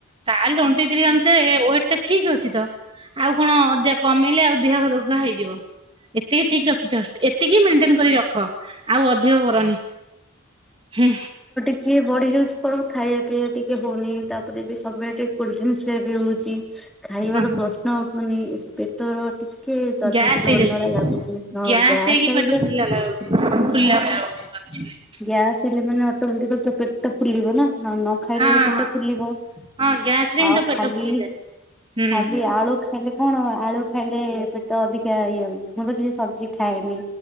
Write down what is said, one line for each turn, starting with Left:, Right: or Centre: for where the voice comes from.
Right: ତାହେଲେ ଟୋଣ୍ଟି ଥ୍ରୀ ଅନୁସେ ୱେଟ ଟା ଠିକ୍ ଅଛି ତ ଆଉ କଣ କମିଲେ ଆଉ ଦେହ ରୋଗ ହେଇଯିବ। ଏତିକି ଠିକ ରଖିଛନ୍ତି ଏତିକି ମେଣ୍ଟେନ କରି ରଖ ଆଉ ଅଧିକ କରନି। ହୁଁ।
Centre: କିଏ ବଢି ଯାଉଛି କ ଖାଇବା ପିଇ ଟିକେ ହଉନି ତାପରେ ବି ସବୁବେଳେ ଟିକେ କୋଲଡ୍ରିଙ୍କିଆ ବି ହଉଛି। ଖାଇବାର
Right: ହଁ ହଁ
Centre: ପ୍ରଶ୍ନ ଉଠୁନି ସେ ପେଟର ଟିକେ ଚର୍ବି
Right: ଗ୍ୟାସ୍
Centre: ଟିକେ
Right: ହେଇଯାଉଛି
Centre: ବଢିଲା ଭଳିଆ ଲାଗୁଛି ହଁ
Right: ଗ୍ୟାସ
Centre: ଗ୍ୟାସ୍
Right: ହେଇକି
Centre: ଟା ହେଇଗଲେ
Right: ପେଟ ଫୁଲିଲା ଲାଉଛି ଫୁଲିଲା ଭଳିଆ ଲାଗୁଚି <unintelligible> <unintelligible>
Centre: ଗ୍ୟାସ ହେଲେ ମାନେ ଅଟୋମେଟିକ୍ ପେଟ ଟା ଫୁଲିବ ନା <unintelligible> ଖାଇଲେ
Right: ହଁ
Centre: ବି ପେଟ
Right: ହଁ
Centre: ଫୁଲିବ
Right: ହଁ ଗ୍ୟାସ ରେ
Centre: ଆଉ
Right: ହିଁ ତ ପେଟ
Centre: ଖାଲି
Right: ଫୁଲିଯାଏ ହୁଁ
Centre: ଖାଲି ଆଳୁ ଖାଇଲେ କଣ ଆଳୁ ଖାଇଲେ ପେଟ ଅଧିକା ଇଏ ହବ ମୁଁ ତ କିଛି ସବଜି ଖାଏନି।